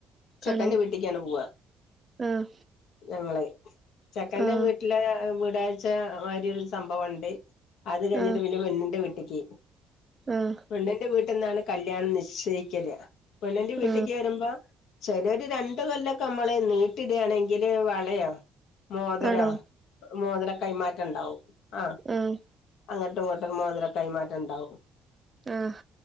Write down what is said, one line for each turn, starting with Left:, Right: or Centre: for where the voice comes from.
Left: ചെക്കൻന്റെ
Right: ആണോ
Left: വീട്ടിക്കാണ് പോവ.
Right: ആഹ്
Left: ഞങ്ങളെ, ചെക്കന്റെ
Right: ആഹ്
Left: വീട്ടിലെ വീടാഴ്ച ഒരുസ - സംഭവുണ്ട്. അത് കഴിഞ്ഞിട്ട്
Right: ആഹ്
Left: പിന്നെ പെണ്ണിന്റെ വീട്ടിക്കി
Right: ആഹ്
Left: പെണ്ണിന്റെ വീട്ടിൽ നിന്നാണ് കല്യാണം നിശ്ചയിക്കല്. പെണ്ണിന്റെ വീട്ടിക്ക്
Right: ആഹ്
Left: വരുമ്പോ ചെലര് രണ്ടു കൊല്ലൊക്കെ നമ്മള് നീട്ടി ഇടാണെങ്കില് വളയോ, മോതരോ
Right: ആണോ
Left: മോതിര കൈമാറ്റം ഉണ്ടാവും. ആ
Right: ആഹ്
Left: അങ്ങട്ടും ഇങ്ങോട്ടും മോതിര കൈമാറ്റംണ്ടാവും.
Right: ആഹ്